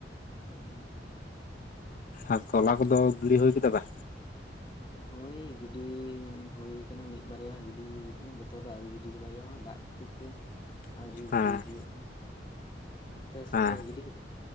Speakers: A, on the left (about 25°); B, on the left (about 45°).
A: ᱩᱸᱻ ᱦᱩᱸ
B: ᱟᱨ ᱛᱚᱞᱟ ᱠᱚᱫᱚ ᱜᱤᱰᱤ ᱦᱩᱭ ᱠᱮᱫᱟᱯᱮ
A: ᱦᱳᱭ ᱜᱤᱰᱤ ᱦᱩᱭ ᱟᱠᱟᱱᱟ ᱢᱤᱫ ᱵᱟᱨᱭᱟ ᱜᱤᱰᱤ ᱟᱠᱟᱱᱟ ᱡᱚᱛᱚ ᱫᱚ ᱟᱣᱨᱤ ᱜᱤᱰᱤ ᱪᱟᱵᱟ ᱦᱩᱭᱩᱜᱼᱟ ᱫᱟᱜ ᱠᱷᱟᱹᱛᱤᱨ ᱛᱮ
B: <unintelligible>
A: ᱟᱹᱣᱨᱤ
B: ᱦᱮᱸ
A: ᱜᱤᱰᱤ ᱦᱩᱭᱩᱜ ᱟᱯᱮ ᱥᱮᱫ
B: ᱦᱮᱸ
A: ᱯᱮ ᱜᱤᱰᱤ ᱠᱮᱫᱟ